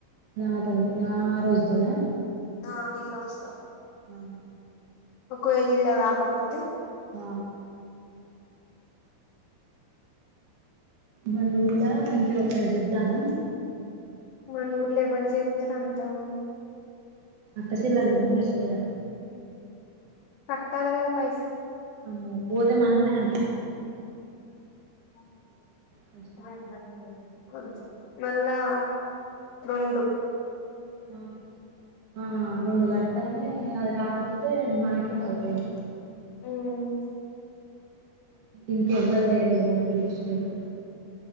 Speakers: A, on the right (about 55°); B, on the left (about 85°).
A: నా త నా ఆ రోజుతోనా
B: ఆ న రాజ
A: ఆ
B: ఒక కోయలి గడగా ఆకపోతే
A: ఆ! మనూర్లా ఇంకెవరికన్నా చెబదామా
B: మ ఊర్లుెవల్ చెప్తారు అంటాము
A: అక్కసిల్లలు ఉన్నారు చేయరా
B: కటాలే కాధా పైసలు
A: అమో పోతే మనల్లేంట
B: అ
A: కష్టం
B: మ <unintelligible> మాలా రెండు
A: ఆ ఆ రెండు గట్టనే అది రాకపోతే మనకేం పడుపోయింది
B: ఉమ్
A: ఇంకెవ్వలేరుయో మన టెల్షునోలు